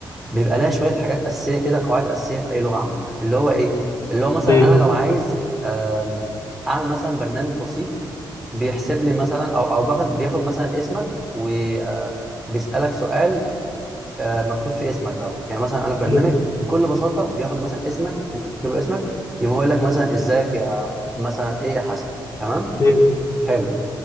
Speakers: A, in the centre; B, on the left (about 40°).
A: بيبقى لها شويه حاجات اساسيه كده قواعد اساسيه في اي لغه عامه اللي هو ايه اللي هو مثلا
B: مم.
A: انا لو عايز آم، اعمل مثلا برنامج بسيط بيحسب لي مثلا او او باخد بياخد مثلا اسمك وبيسالك سؤال آه، مكتوب في اسمك دوت يعني مثلا انا برنامج
B: مم.
A: بكل بساطه بياخد مثلا اسمك انت تكتب له اسمك يقوم هو يقول لك مثلا ازيك يا مثلا ايه يا حسن تمام
B: مم.
A: حلو